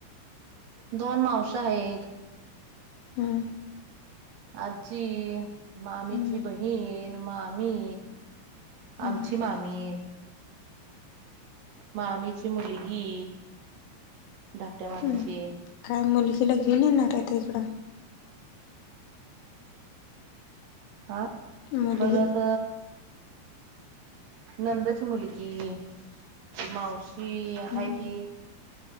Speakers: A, on the right; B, on the left.
A: दोन मावश्या आहेत
B: हां
A: आजी मामीची
B: हम्म,
A: बहीण मामी.
B: हम्म,
A: आमची मामी मामीची. ची मुलगी धाकट्या मामीची.
B: हम्म. काय मुलगीला घेऊन येणार आहेत काय इकडं?
A: हा
B: मुलगीला
A: परत नंदची मुलगी मावशी आहे
B: हम्म,
A: ती.